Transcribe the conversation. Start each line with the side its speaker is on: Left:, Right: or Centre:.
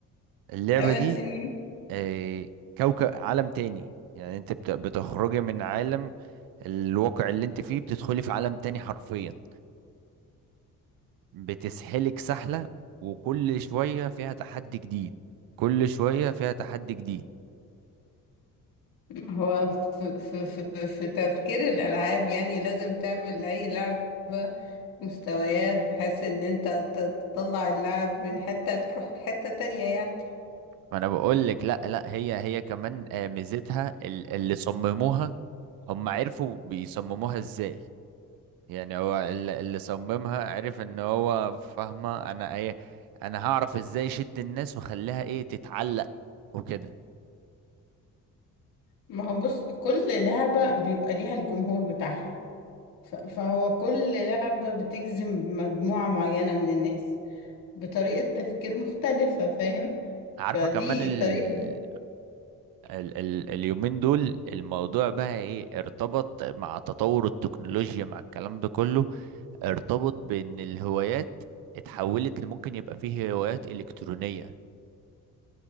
Right: اللعبة
Left: 8
Right: دي
Left: سنين
Right: آه، كوكب عالم تاني يعني انت بت- بتخرجي من عالم الواقع اللي انت فيه بتدخلي في عالم تاني حرفيا بتسحلك سحلة وكل شوية فيها تحدي جديد كل شوية فيها تحدي جديد
Left: هو في, في, في, في تفكير الألعاب يعني لازم تعمل أي لعبة مستويات بحيث إن أنت ت- تطلع اللاعب من حتة تروح لحتة تانية يعني
Right: ما انا بقول لك لا لا هي هي كمان آه، ميزتها ال- اللي صمموها هم عرفوا بيصمموها ازاي يعني هو ال- اللي صممها عرف ان هو فاهمه انا ايه انا هعرف ازاي اشد الناس واخليها ايه تتعلق وكده
Left: ما هو بص كل لعبة بيبقى ليها الجمهور بتاعها ف- فهو كل لعبة بتجذب مجموعة معينة من الناس بطريقة تفكير مختلفة فاهم
Right: عارفه
Left: فدي
Right: كمان ال...
Left: طريقة
Right: ال... ال... اليومين دول الموضوع بقى ايه ارتبط مع تطور التكنولوجيا مع الكلام ده كله ارتبط بان الهوايات اتحولت لممكن يبقى فيه هوايات الكترونيه